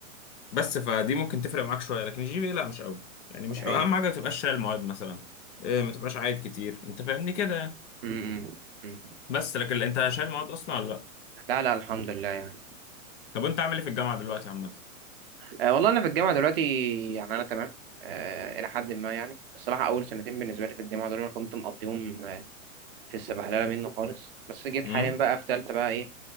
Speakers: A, on the left; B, on the right.
A: بس فدي ممكن تفرق معاك شويه لكن الجي بي لا مش قوي يعني مش
B: دي حقيقة
A: قوي. اهم حاجه ما تبقاش شايل مواد مثلا إيه ما تبقاش عايد كتير انت فاهمني كده يعني.
B: امم امم
A: بس لكن انت شايل مواد اصلا ولا لا
B: لا لا الحمد لله يعني
A: طب وانت عامل ايه في الجامعه دلوقتي عامه
B: أه والله انا في الجامعه دلوقتي يعني انا تمام أه الى حد ما يعني الصراحه اول سنتين بالنسبه لي في الجامعه دول انا كنت مقضيهم آه، في السبهلله منه خالص بس جيت
A: امم
B: حاليا بقى في ثالثه بقى ايه